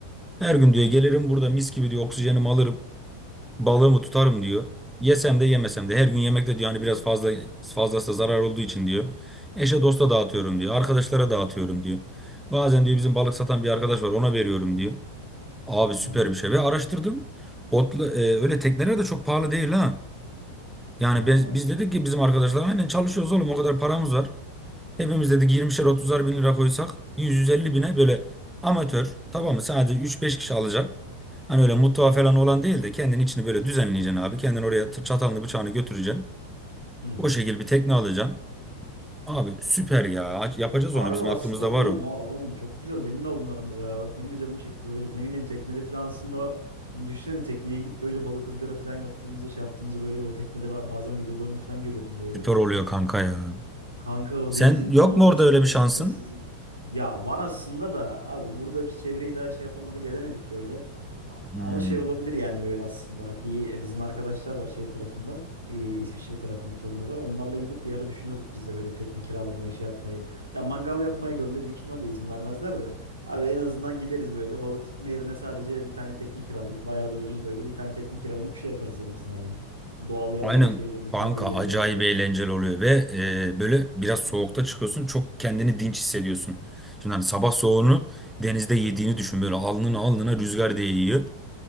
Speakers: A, in the centre; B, on the right.
A: Her gün diyor gelirim burada mis gibi diyor oksijenimi alırım balığımı tutarım diyor. Yesem de yemesem de her gün yemek de diyor hani biraz fazla fazlası zarar olduğu için diyor. Eşe dosta dağıtıyorum diyor. Arkadaşlara dağıtıyorum diyor. Bazen diyor bizim balık satan bir arkadaş var ona veriyorum diyor. Abi süper
B: Hı hı.
A: bir şey ve araştırdım. Botla, e, öyle tekneler de çok pahalı değil ha. Yani
B: Harbi
A: biz,
B: mi?
A: biz dedik ki bizim arkadaşlar aynen çalışıyoruz oğlum o kadar paramız var. Hepimiz dedik 20'şer 30'ar bin lira koysak 100-150 bine böyle amatör tamam mı sadece 3-5 kişi alacak. Hani öyle mutfağı falan olan değil de kendin içini böyle düzenleyeceksin abi. Kendin oraya t- çatalını bıçağını götüreceksin.
B: Hı hı.
A: O şekilde bir tekne alacaksın. Abi süper ya. Aç- Yapacağız
B: Harbi
A: onu bizim
B: aslında
A: aklımızda
B: oğlum,
A: var o.
B: a- oğlum çok güzel beni de alın aranıza ya. Bak benim de canım çekti böyle ne bileyim teknede falan aslında onu düşünsene tekneye gidip böyle balık ızgara falan yaptığımızı şey yaptığımızı böyle o teknede ba- bazen videolarını falan görüyordum böyle.
A: Süper oluyor kanka ya.
B: Kanka o
A: Sen
B: denizin
A: yok
B: tam ortasında
A: mu orada öyle bir şansın?
B: bütün sessizlik. Ya var aslında da abi buradaki çevreyi daha şey yapamadık edemedik böyle. A-
A: Hmm.
B: Ama şey olabilir yani böyle aslında. Bir e, bizim arkadaşlar var şey tarafında. e, İsviçre tarafında Torino'da. Onlarla gidip bir ara düşünüyorduk biz de böyle tekne kiralamayı şey yapmayı. Ya mangal yapmaya gölde büyük ihtimalle izin vermezler de. Abi en azından gideriz böyle balık tutma yerine sadece bir tane tekne kiralayıp bayağı da ucuz böyle bir tane tekne kiralayıp bir şey yaparız en azından ya. Doğal yerleri
A: Aynen
B: şeylerini falan
A: banka
B: gezeriz
A: acayip
B: abi böyle.
A: eğlenceli oluyor ve e, böyle biraz soğukta çıkıyorsun çok kendini dinç hissediyorsun. Şimdi hani sabah soğuğunu denizde yediğini düşün böyle alnına alnına rüzgar değiyor.